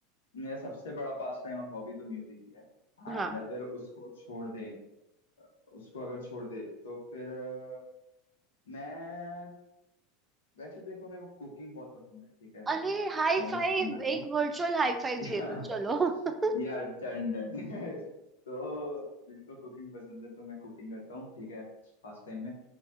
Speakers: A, on the left; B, on the right.
A: मेरा सबसे बड़ा पास टाइम और हॉबी तो म्यूजिक ही है एंड
B: हाँ
A: अगर उसको छोड़ दे उसको अगर छोड़ दे तो फिर अ, मैं वैसे देखो मेरे को कुकिंग बहुत पसंद है ठीक है
B: अरे हाई
A: तो मैं
B: फाइव
A: कुकिंग करता
B: एक वर्चुअल हाई फाइव
A: या,
B: दे दो चलो <laughs>
A: या डन डन <laughs> तो मेरे को कुकिंग पसंद है तो मैं कुकिंग करता हूँ ठीक है फास्ट टाइम में